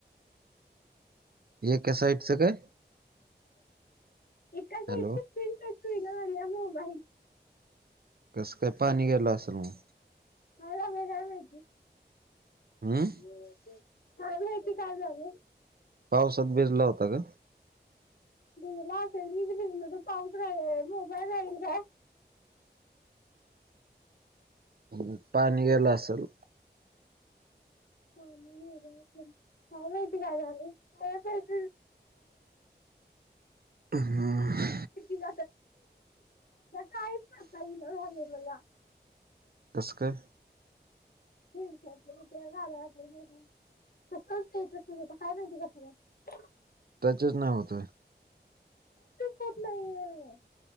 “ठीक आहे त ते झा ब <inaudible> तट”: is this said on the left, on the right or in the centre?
Left